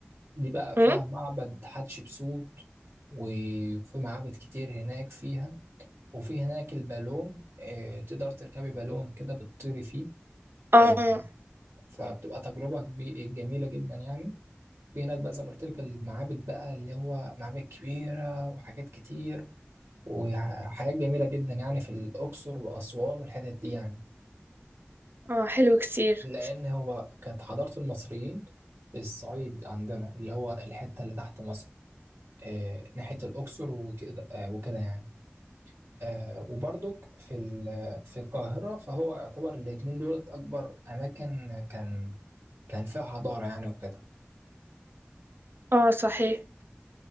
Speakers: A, on the right; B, on the right.
A: دي بقى فيها
B: أم؟
A: معبد حتشبسوت وفي معابد كتير هناك فيها وفي هناك البالون آه، تقدر تركبي بالون كده بتطيري فيه
B: اه
A: آه،
B: اه
A: فبتبقى تجربة كبي- جميلة جدا يعني في هناك بقى زي ما قلت لك المعابد بقى اللي هو معابد كبيرة وحاجات كتير وحاجات جميلة جدا يعني في الأقصر وأسوان والحتت دي يعني
B: آه، حلو كثير
A: لأن هو كانت حضارة المصريين في الصعيد عندنا اللي هو الحتة اللي تحت مصر آه، ناحية الأقصر وكده آه، وكده يعني آه وبرضك في ال- في القاهرة فهو يعتبر الاتنين دولت أكبر أماكن كان كان فيها حضارة يعني وكده
B: اه صحيح